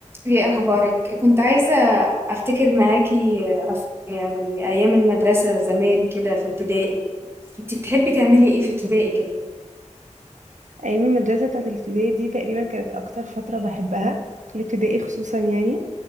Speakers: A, on the right; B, on the right.
A: ايه اخبارك كنت عايزه افتكر معاكي أف... يعني ايام المدرسه زمان كده في ابتدائي انت بتحبي تعملي ايه في ابتدائي كده
B: ايام المدرسه بتاعت الابتدائي دي تقريبا كانت اكتر فتره بحبها الابتدائي خصوصا يعني